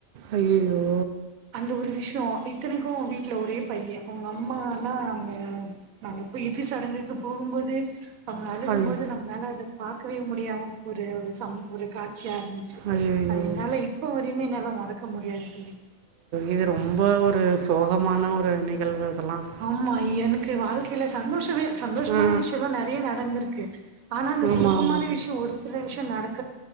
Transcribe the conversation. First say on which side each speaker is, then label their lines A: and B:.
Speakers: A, on the right; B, on the right.
A: அய்யய்யோ
B: அந்த ஒரு விஷயம் இத்தனைக்கு வீட் வீட்டுல ஒரே பைய அவங்க அம்மா எல்லா அங்க நாங்கப்ப இருதி சடங்குக்கு போகும்போது அவங்க அழுக
A: ஐயோ
B: போது நம்மனாள அத பாக்கவே முடியாமல் ஒரு சம்பு இருக்கா சியா இருந்துச்சு
A: ஐயையோ
B: அது என்னால இப்ப வரையுமே என்னால மறக்க முடியாது தோழி
A: இது ரொம்ப ஒரு சோகமான ஒரு நிகழ்வு இதெல்லாம்
B: ஆமா எனக்கு வாழ்க்கையில சந்தோஷவே சந்தோஷமான
A: ஆ
B: விஷயோல்லா நெறைய நடந்திருக்கு ஆனா அந்த
A: ஆமா
B: சோகமான
A: ஆமா
B: விஷயோ ஒரு சில விஷயோ நடக்